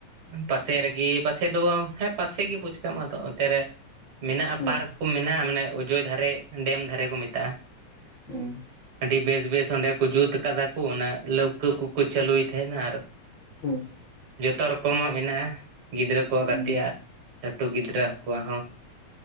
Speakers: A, on the right; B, on the left.
A: ᱯᱟᱥᱮ ᱨᱮᱜᱤ ᱯᱟᱥᱮ ᱫᱚ ᱵᱟᱢ ᱦᱮᱸ ᱯᱟᱥᱮ ᱜᱮ ᱵᱩᱡᱽ ᱠᱟ ᱢᱮ ᱟᱫᱚ ᱚᱱᱛᱮ ᱨᱮ ᱢᱮᱱᱟᱜᱼᱟ
B: ᱦᱳᱭ
A: ᱯᱟᱨᱠ᱾ ᱠᱚ ᱢᱮᱱᱟᱜᱼᱟ, ᱢᱟᱱᱮ ᱚᱡᱚᱭ ᱫᱷᱟᱨᱮ ᱰᱮᱢ ᱫᱷᱟᱨᱮ ᱠᱚ ᱢᱮᱛᱟᱜᱼᱟ᱾
B: ᱦᱩᱸ
A: ᱟᱹᱰᱤ ᱵᱮᱥ ᱵᱮᱥ ᱚᱸᱰᱮ ᱠᱚ ᱡᱩᱛ ᱠᱟᱫᱟ ᱠᱚ ᱚᱱᱟ ᱞᱟᱹᱣᱠᱟᱹ ᱠᱚᱠᱚ ᱪᱟᱹᱞᱩᱭ ᱛᱟᱦᱮᱱᱟ ᱟᱨ
B: ᱦᱮᱸ
A: ᱡᱚᱛᱚ ᱨᱚᱠᱚᱢᱟᱜ ᱢᱮᱱᱟᱜᱼᱟ ᱜᱤᱫᱽᱨᱟᱹ ᱠᱚᱣᱟᱜ
B: ᱩᱸ
A: ᱜᱟᱛᱮ ᱞᱟᱹᱴᱩ ᱜᱤᱫᱽᱨᱟᱹ ᱠᱚᱣᱟᱜ ᱦᱚᱸ